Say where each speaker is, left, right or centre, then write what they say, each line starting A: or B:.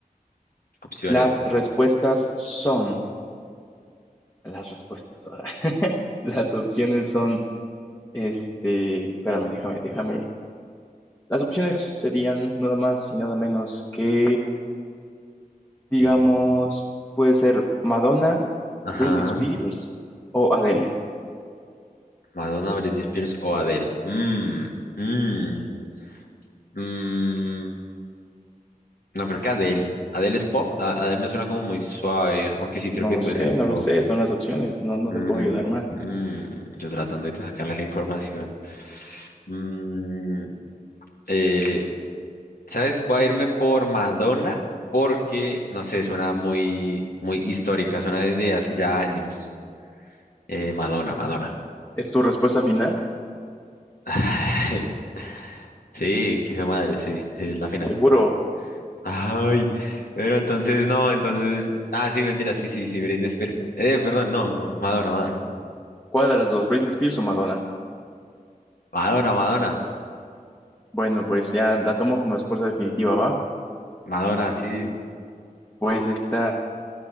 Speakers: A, on the left; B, on the left.
A: opciones.
B: Las respuestas son. Las respuestas ahora. <laughs> Las opciones son. Este. Espérame, déjame, déjame. Las opciones serían nada más y nada menos que. Digamos,
A: Piensa.
B: puede ser Madonna,
A: Ajá.
B: Britney Spears o Adele.
A: Madonna, Britney Spears o Adele. Mmm, mmm, mmm. No, creo que Adele. Adele es pop. A- Adele me suena como muy suave, aunque sí
B: No
A: creo que
B: lo
A: puede
B: sé,
A: ser
B: no
A: pop.
B: lo sé, son las opciones, no, no
A: Mm,
B: te puedo ayudar más.
A: mm, yo tratando de sacarle la información. Mm, eh, ¿sabes? Voy a irme por Madonna porque, no sé, suena muy, muy histórica, suena desde hace ya años. Eh, Madonna, Madonna.
B: ¿Es tu respuesta final?
A: <laughs> Sí, qué hijo de madre, sí, sí, es la final.
B: Seguro.
A: Ay, pero entonces no, entonces. Ah, sí, mentira, sí, sí, sí, Britney Spears. Eh, perdón, no, no, Madonna, Madonna.
B: ¿Cuál de las dos, Britney Spears o Madonna?
A: Madonna, Madonna.
B: Bueno, pues ya la tomo como respuesta definitiva, ¿va?
A: Madonna, sí.
B: Pues estás